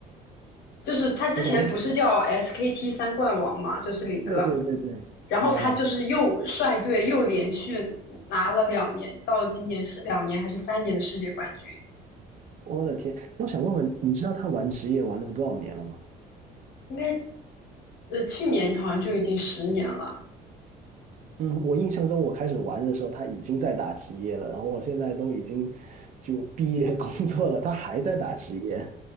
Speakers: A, on the left; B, on the right.
A: 就是他之前不是叫
B: 我想问问，
A: SKT 三冠王嘛，就是李哥，
B: 对对对对，
A: 然后他就是又率队又连续拿了两年，
B: 啊，
A: 到今年是两年还是三年的世界冠军？
B: 我的天，那我想问问，你知道他玩职业玩了多少年了吗？
A: 应该呃去年好像就已经十年了。
B: 嗯，我印象中我开始玩的时候，他已经在打职业了，然后我现在都已经就毕业 <laughs> 工作了，他还在打职业，